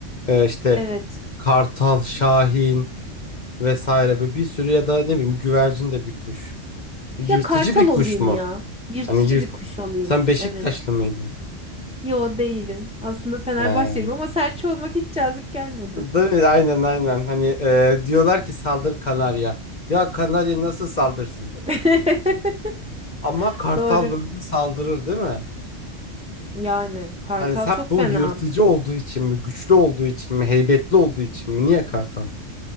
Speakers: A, on the left; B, in the centre.
A: E, işte
B: Evet.
A: kartal, şahin vesaire böyle bir sürü ya da ne bileyim güvercin de bir kuş. Yırtıcı
B: Ya kartal
A: bir kuş
B: olayım
A: mu?
B: ya. Yırtıcı
A: Hani yırt.
B: bir kuş olayım.
A: Sen Beşiktaşlı
B: Evet.
A: mıydın?
B: Yo değilim. Aslında Fenerbahçeliyim
A: He.
B: ama serçe olmak hiç cazip gelmedi.
A: Değil mi? Aynen aynen. Hani e, diyorlar ki saldır kanarya. Ya kanarya nasıl saldırsın?
B: <laughs>
A: Ama kartal
B: Doğru.
A: böyle saldırır değil mi?
B: Yani kartal
A: Hani sen
B: çok
A: bu
B: fena.
A: yırtıcı olduğu için mi, güçlü olduğu için mi, heybetli olduğu için mi? Niye kartal?